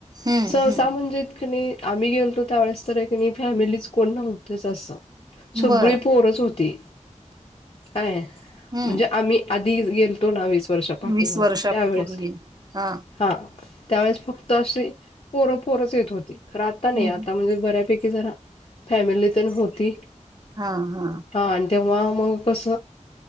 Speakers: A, on the right (about 30°); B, on the left (about 50°).
A: हं,
B: सहसा
A: हं.
B: म्हणजे क नयी आम्ही गेलतो त्या वेळेस तर आहे क नयी फॅमिलीच कोण नव्हतच असं. सगळी
A: बरं.
B: पोरच होती काय,
A: हं.
B: म्हणजे आम्ही आधी गेल तो ना वीस वर्षा पाठीमागं
A: वीस वर्षापूर्वी
B: त्यावेळेस
A: हा
B: हा त्यावेळेस फक्त अशी पोर, पोरच येत होती खरं आता नाही
A: हं.
B: आता म्हणजे बऱ्या- पैकी, जरा फॅमिली तेन होती.
A: हां, हां.
B: हा आणि तेव्हा मग कस